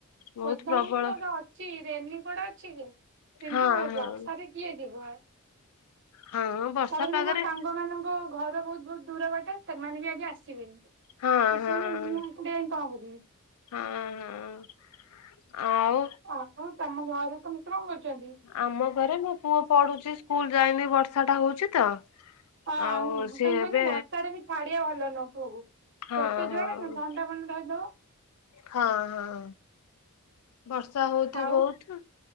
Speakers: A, on the left; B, on the right.
A: ବହୁତ
B: ଉଦାହରଣ
A: ପ୍ରବଳ
B: ମର ଅଛି ରେନିକୋଡ ଅଛି ଯେ କିନ୍ତୁ
A: ହଁ ହଁ
B: ବର୍ଷ କିଏ ଯିବ?
A: ହଁ ବର୍ଷା
B: ତାପରେ ବି
A: ପାଗରେ
B: ମୋ ସାଙ୍ଗ ମାନଙ୍କ ଘର ବହୁତ ବହୁତ ଦୂର ବାଟାାର୍ ମାନ ବି ଆଜି ଆସିବେନି
A: ହଁ
B: ଆସିବେନି
A: ହଁ ହଁ
B: ମୁଁ କଡିଆ କଣ ହବନି
A: ହଁ। ଆଉ
B: ଆ ତମ ଘରେ ସମସ୍ତେ କଣ କରୁଛନ୍ତି?
A: ଆମ ଘରେ ମୋ ପୁଅ ପଢୁଛି ସ୍କୁଲ ଯାଇନି ବର୍ଷା ଟା ହଉଛି ତ
B: ହଁ
A: ଆଉ ସିଏ
B: ତା କହନି
A: ଏବେ
B: ବସ୍ତାରେ ବି ଛାଡିବ ଭଲ ନୁହଁ ପୁଅ କୁ
A: ହଁ
B: ଛୋଟ ଛୁଆଟା
A: ହଁ
B: ନା ଥଣ୍ଡା ଫଣ୍ଡା ଧରିଦବ।
A: ହଁ- ହଁ। ବର୍ଷା ହଉତି
B: ଆଉ
A: ବହୁତୁ